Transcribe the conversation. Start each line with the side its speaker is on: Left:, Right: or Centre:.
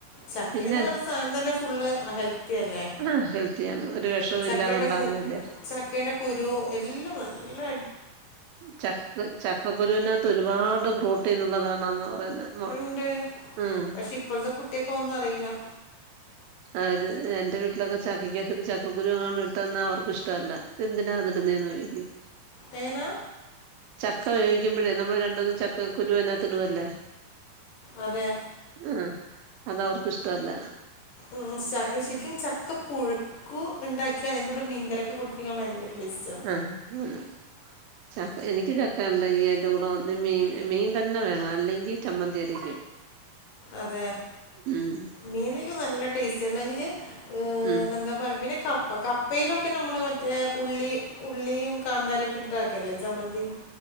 Left: ചക്കേന്ന്
Right: പിന്നെ
Left: പറഞ്ഞ സാനം തന്നെ ഫുള്ള് ഹെൽത്തിയല്ലേ.
Right: ആ ഹെൽത്തിയാണ് ഒരു വിഷവും
Left: ചക്കേന്റെ
Right: ഇല്ലാതെ ഉണ്ടാവുന്നതല്ലേ
Left: കു ചക്കേന്റെ കുരു എല്ലം നല്ലെ.
Right: ചക് ചക്കക്കുരുനകത്ത് ഒരുപാട് പ്രോട്ടീൻ ഉള്ളതാണാന്നാ പറയുന്നെ. ന്നൊ
Left: ഉണ്ട്
Right: ഉം
Left: പക്ഷെ ഇപ്പോഴത്തെ കുട്ടിയൊക്കെ ഒന്നും അറിയില്ല
Right: ആര് എന്റെ വീട്ടിലൊക്കെ ചക്കക്കകത്തൊരു ചക്കക്കരു എങ്ങാണം ഇട്ട് തന്നാ അവർക്ക് ഇഷ്ട്ട അല്ല. ഇതെന്തിനാ അതിടുന്നേന്ന് ചോയ്ക്ക്യും.
Left: എങ്ങനാ?
Right: ചക്ക വേവിക്കുമ്പഴേ നമ്മള് രണ്ടൂന്ന് ചക്ക കുരുവൈനകത്ത് ഇടുവല്ലോ.
Left: അതെ.
Right: ആഹ് അതവർക്ക് ഇഷ്ട്ട അല്ല.
Left: ഓഹ് ശക ശരിക്കും ചക്കപ്പുഴു ക്കു ഇണ്ടാക്കിയാ അതിന്റൂടെ മീങ്കറിയൊക്കെ കൂട്ടിക്കഴിക്കാൻ ഭയങ്കര ടേസ്റ്റാ.
Right: ആഹ് ആന്ന് ച എനിക്ക് ചക്ക ഉണ്ടെങ്കി അയ്ന്റെ കൂടെ ഒന്ന് മീൻ, മീൻ തന്നെ വേണം അല്ലെങ്കി ചമ്മന്തി അരക്കും.
Left: അതെ.
Right: ഉം
Left: മീൻ ക്ക് നല്ല ടേസ്റ്റാ അല്ലെങ്കിൽ ഏഹ്
Right: ഉം.
Left: എന്താ പറ പിന്നെ കപ്പ കപ്പയിലൊക്കെ നമ്മൾ മറ്റേ ഉള്ളി ഉള്ളിയും കാന്താരിയൊക്കെ ഇട്ട് ട്ടാക്കല്ലേ ചമ്മന്തി